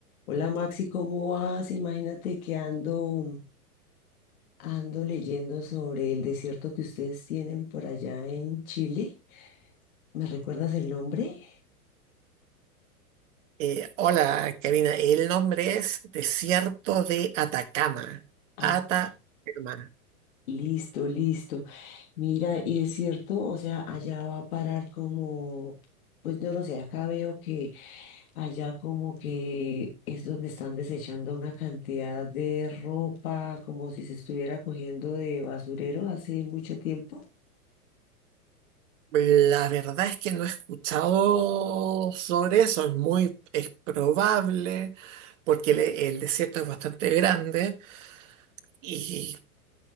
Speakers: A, on the left; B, on the right.
A: Hola Maxi, ¿cómo vas? Imagínate que ando, ando leyendo sobre el desierto que ustedes tienen por allá en Chile. ¿Me recuerdas el nombre?
B: Eh, hola, Karina. El nombre es Desierto de Atacama.
A: Ah,
B: Atacama.
A: no. listo, listo. Mira, y es cierto, o sea, allá va a parar como, pues no lo sé, acá veo que allá como que es donde están desechando una cantidad de ropa, como si se estuviera cogiendo de basurero hace mucho tiempo.
B: La verdad es que no he escuchado sobre eso. Es muy, es probable, porque el, el desierto es bastante grande y